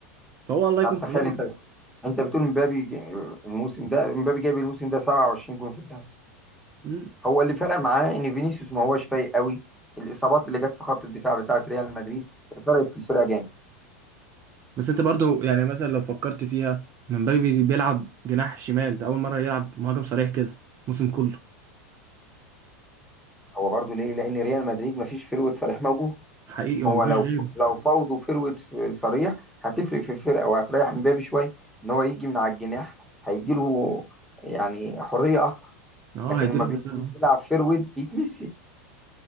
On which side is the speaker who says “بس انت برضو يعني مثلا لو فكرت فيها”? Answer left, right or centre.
Right